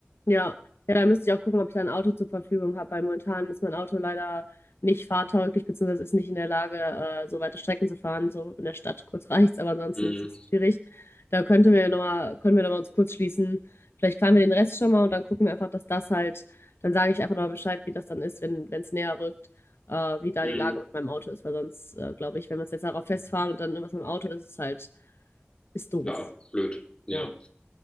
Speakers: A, on the left (about 75°); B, on the left (about 25°).
A: Ja. Ja, da müsste ich auch gucken, ob ich da ein Auto zur Verfügung habe, weil momentan ist mein Auto leider nicht fahrtauglich, beziehungsweise ist nicht in der Lage, äh, so weite Strecken zu fahren. So in der Stadt kurz reicht's, aber ansonsten
B: Mm.
A: ist es schwierig. Da könnten wir nochmal, können wir nochmal uns kurz schließen. Vielleicht planen wir den Rest schon mal und dann gucken wir einfach, dass das halt, dann sage ich einfach nochmal Bescheid, wie das dann ist, wenn wenn es näher rückt, äh, wie da
B: Mhm.
A: die Lage mit meinem Auto ist, weil sonst, äh, glaube ich, wenn wir uns jetzt darauf festfahren und dann irgendwas mit dem Auto ist, ist es halt Ist doof.
B: Klar, blöd. Ja.
A: Ja.